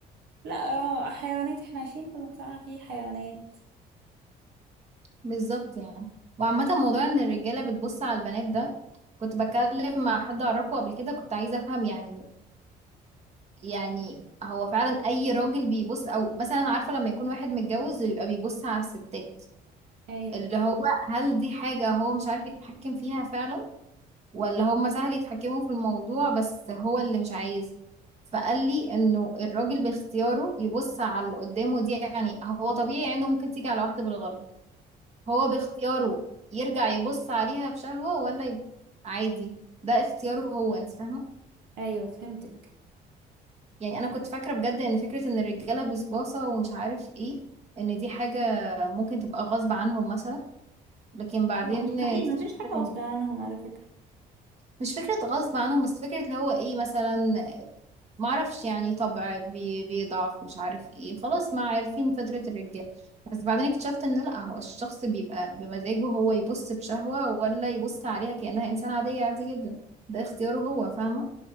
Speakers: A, on the right; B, on the right.
A: لا اه حيوانات احنا عايشين في مجتمع فيه حيوانات
B: بالظبط يعني وعامة موضوع ان الرجالة بتبص على البنات ده كنت بتكلم مع حد اعرفه قبل كده كنت عايزة افهم يعني يعني هو فعلا اي راجل بيبص او مثلا عارفة لما يكون واحد متجوز ويبقى بيبص على الستات
A: أيوه
B: اللي هو هل دي حاجة هو مش عارف يتحكم فيها فعلا ولا هما سهل يتحكموا في الموضوع بس هو اللي مش عايز فقال لي انه الراجل باختياره يبص على اللي قدامه دي يعني هو طبيعي انه ممكن تيجي على واحدة بالغلط هو باختياره يرجع يبص عليها بشهوة ولا يب... عادي ده اختياره هو انت فاهمة
A: أيوه فهمتك
B: يعني انا كنت فاكرة بجد ان فكرة ان الرجالة بسباسة ومش عارف ايه ان دي حاجة ممكن تبقى غصب عنهم مثلا لكن بعدين
A: لا مستحيل
B: اكتشفت
A: مفيش حاجة
B: إن-
A: غصب عنهم على فكرة
B: مش فكرة غصب عنهم بس فكرة اللي هو ايه مثلا ما اعرفش يعني طبع بي- بيضعف مش عارف ايه خلاص ما عارفين فطرة الرجال بس بعدين اكتشفت ان لا هو الشخص بيبقى بمزاجه هو يبص بشهوة ولا يبص عليها كأنها انسان عادية عادي جدا ده اختياره هو فاهمة